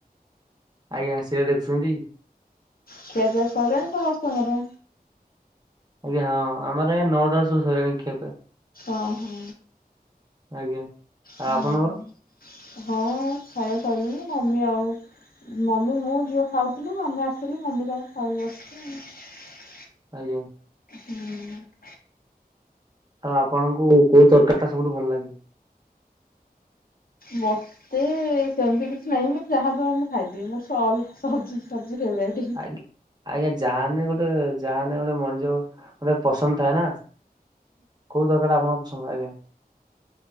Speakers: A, on the right; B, on the left.
A: ଆଜ୍ଞା ସେ ଦେଖୁଛନ୍ତି।
B: ଖିଆ ପିଆ ସରିଲାଣି ସମସ୍ତଙ୍କର?
A: ଆଜ୍ଞା ହଁ ଆମର ଆ ନଅଟାରେ ସବୁ ସଇଲାନି ଖିଆ ପିଆ।
B: ଓ ହୋ।
A: ଆଜ୍ଞା। ଆଉ
B: ହୁଁ
A: ଆପଣଙ୍କର
B: ହଁ ଖାଇବା ସଇଲାନି ମମି ଆଉ ମମି ମୁଁ ଝିଅ ଖାଉଥିଲି ଆମେ ଆସିଲୁ ମମି ତାର ଖାଇ ବସିଚି ଆଉ।
A: ଆଜ୍ଞା
B: ହୁଁ।
A: ଆଉ ଆପଣଙ୍କୁ କୋଉ ତରକାରୀ ଟା ସବୁଠୁ ଭଲ ଲାଗେ?
B: ମୋତେ ସେମିତି କିଛି ନାହିଁ। ମୋତେ ଯାହାଦବ ମୁଁ ଖାଇଦେବି ମୋର ସଲ ସହ ସବଜି ଫେବରାଇଟ୍।
A: ଆଜ୍ଞା ଆଜ୍ଞା ଯାହାନେ ଗୋଟେ ଯାହାନେ ଗୋଟେ ମଣିଷ ଗୋଟେ ପସନ୍ଦ ଥାଏ ନା କୋଉ ତରକାରିଟା ଆପଣଙ୍କ ପସନ୍ଦ ଆଜ୍ଞା?